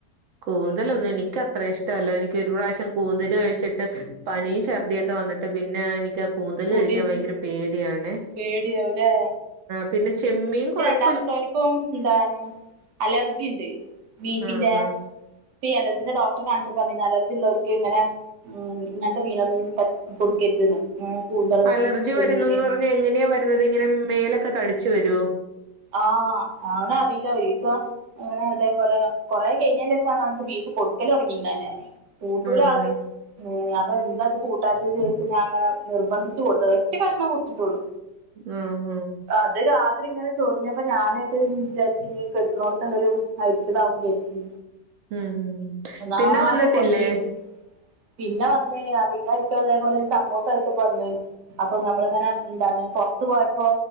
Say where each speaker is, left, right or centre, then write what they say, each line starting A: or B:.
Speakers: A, on the right (about 65°); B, on the right (about 80°).
A: കൂന്തലൊന്നും എനിക്കത്ര ഇഷ്ടമല്ല എനിക്ക്‌ ഒരു പ്രാവശ്യം കൂന്തല് കഴിച്ചിട്ട് പനിയും ഛർദ്ദിയൊക്കെ- വന്നിട്ട് പിന്നെ എനിക്ക് ആ കൂ - കൂന്തല്
B: കൂട്ടി
A: കഴിക്കാൻ ഭയങ്കര പേടിയാണ്
B: പേടിയാവുലേ
A: പിന്നെ ചെമ്മീൻ കൊഴ-
B: രണ്ടാമത്തോനുക്കും എന്താ അലർജി ഇണ്ട് ബീഫിന്റെ
A: ആഹ് ആഹ്
B: ഇപ്പൊ ഈ അലർജിന്റെ ഡോക്ടറെ കാണിച്ചപ്പോൾ പറഞ്ഞു അലർജിയുള്ളവർക്ക് - ഇങ്ങനെ ഇങ്ങനത്തെ മീനൊന്നും കൊടുക്കരുത് കൂന്തള്
A: അലർജി
B: ചെമ്മീന്-
A: വരുന്നന്ന് പറഞ്ഞ എങ്ങനെയാ വരുന്നത് ഇങ്ങനെ മേലൊക്കെ തടിച്ചു വരുമോ
B: ആഹ് അവന് അറിയില്ല ഒരീസം - അങ്ങനെ അതേപോലെ കൊറേ കഴിഞ്ഞെന്നു ശേഷംമാണ് അവക്ക് ബീഫ് കൊടുക്കല് തൊടങ്ങിയെക്കണ് തന്നെ കൂട്ടൂലാ
A: ആഹ്
B: ആള് അപ്പൊ എന്താ അത് കൂട്ടാത്തെന് ചോദിച്ച ഞാൻ അങ്ങനെ നിർബന്ധിച്ചച്ച് കൊടുത്ത ഒറ്റ കഷ്ണം കൊടുത്തിട്ടുള്ളൂ
A: ഉം ഉം
B: അത് രാത്രി ഇങ്ങനെ- ചൊറിഞ്ഞപ്പോ ഞാനായിത് വിചാരി നീ കെടുക്കണോടത്ത് എന്തേലും കടിച്ചതാവും വിചാരിച്ചു
A: ഉം ഉം
B: ന്നാകെ
A: പിന്നെ വന്നിട്ടില്ലേ
B: പൊന്തി പിന്നെ വന്നേ പിന്നെ ആരിക്കും അതേപോലെ സമൂസ കഴിച്ചപ്പോ വന്നേ അപ്പൊ ഞമ്മളിങ്ങനെ എന്താണ് പുറത്ത് പോയപ്പോ